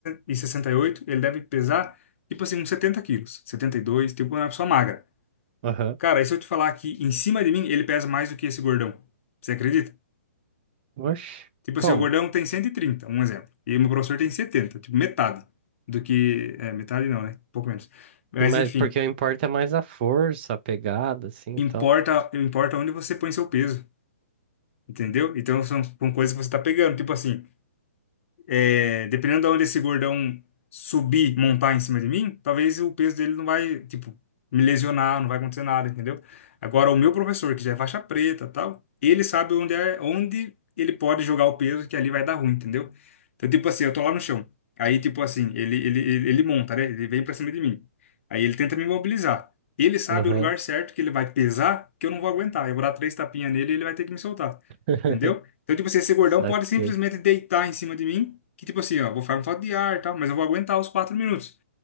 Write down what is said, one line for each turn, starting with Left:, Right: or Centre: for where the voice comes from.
Left: e sessenta e oito ele deve pesar, tipo assim, uns 70 quilos. setenta e dois tipo, é uma pessoa magra.
Right: Aham.
Left: Cara, e se eu te falar que em cima de mim, ele pesa mais do que esse gordão? Você acredita?
Right: Oxe,
Left: Tipo
Right: como?
Left: assim, o gordão tem cento e trinta um exemplo. E meu professor tem setenta tipo, metade do que... É, metade não, né? Um pouco menos. Mas
Right: E Mas,
Left: enfim...
Right: porque o importa é mais a força, a pegada, assim,
Left: importa,
Right: então.
Left: importa onde você põe seu peso, entendeu? Então são, são coisas que você tá pegando, tipo assim, é, dependendo de onde esse gordão subir, montar em cima de mim, talvez o peso dele não vai, tipo, me lesionar, não vai acontecer nada, entendeu? Agora, o meu professor, que já é faixa preta, tal, ele sabe onde é, onde ele pode jogar o peso que ali vai dar ruim, entendeu? Então, tipo assim, eu tô lá no chão. Aí, tipo assim, ele, ele, ele, ele monta, né? Ele vem pra cima de mim. Aí ele tenta me imobilizar. Ele sabe
Right: Aham.
Left: o lugar certo que ele vai pesar, que eu não vou aguentar. Eu vou dar três tapinhas nele e ele vai ter que me soltar.
Right: <laughs>
Left: Entendeu? Então, tipo assim, esse gordão
Right: Saquei.
Left: pode simplesmente deitar em cima de mim, que tipo assim, ó, vou ficar com falta de ar e tal, mas eu vou aguentar os quatro minutos.